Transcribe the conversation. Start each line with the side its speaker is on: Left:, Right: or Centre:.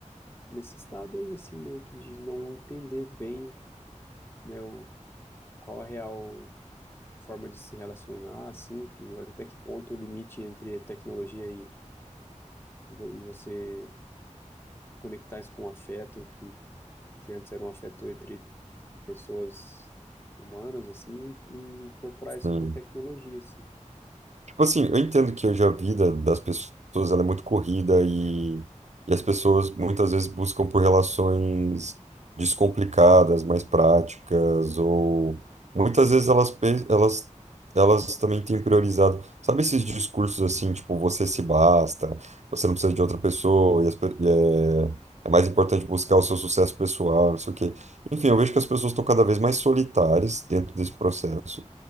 Left: nesse estado aí, assim, meio que de não entender bem, né? O, qual é a real forma de se relacionar, assim, que até que ponto o limite entre tecnologia e, vo- e você conectar isso com afeto, que, que antes era um afeto entre pessoas humanas, assim, e, e incorporar
Right: sim.
Left: isso da tecnologia, assim.
Right: Tipo assim, eu entendo que hoje a vida das pessoas ela é muito corrida e, e as pessoas muitas vezes buscam por relações descomplicadas, mais práticas, ou muitas vezes elas, pe- elas, elas também têm priorizado. Sabe esses discursos assim, tipo, você se basta, você não precisa de outra pessoa, e, as pe- e é, é mais importante buscar o seu sucesso pessoal, não sei o quê. Enfim, eu vejo que as pessoas estão cada vez mais solitárias dentro desse processo.